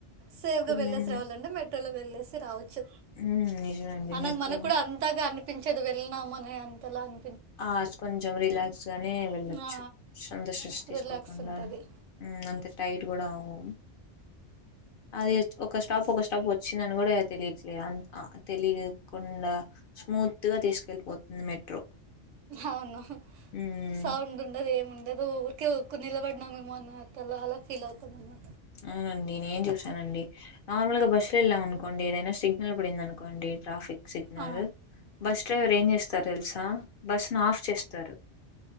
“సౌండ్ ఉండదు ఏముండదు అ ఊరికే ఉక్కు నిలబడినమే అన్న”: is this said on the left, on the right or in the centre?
Right